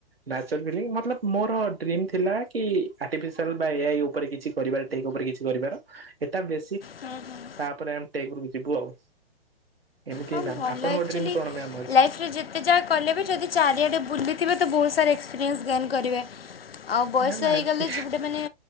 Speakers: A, on the right; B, on the left.
A: ନେଚର ଫିଲ ମତଲବ ମୋର ଡ୍ରିମି ଥିଲା କି ଆଟିଫିସିଲ ବା ଏଆଇ ଉପରେ କିଛି। କରିବା ଟେକ୍ ଉପରେ କିଛି କରିବାର, ଏଟା ବେସିକ
B: ହୁଁ ହୁଁ
A: ତାପରେ ଆମେ ଟେକ୍ ଉପରୁକୁ ଯିବୁ ଆଉ। ଏମିତି
B: ହଁ
A: ମ୍ୟାମ୍
B: ଭଲ,
A: ଆପଣଙ୍କ
B: ଆକ୍ଚୁଲି
A: ଡ୍ରିମ୍ କଣ ମ୍ୟାମ୍ ଅଛି
B: ଲାଇଫରେ ଯେତେ। ଯେତେ ଯାହା କଲେ ବି ଯଦି ଚାରିଆଡ଼େ ବୁଲିଥିବେ ତ ବହୁତ ସାରା ଏକ୍ସପିରିଏନ୍ସ ଗେନ୍ କରିବେ। ଆଉ ବୟସ
A: ମ୍ୟାମ୍
B: ହେଇଗଲେ
A: ଆଜି
B: ଯେ ଗୋଟେ ମାନେ।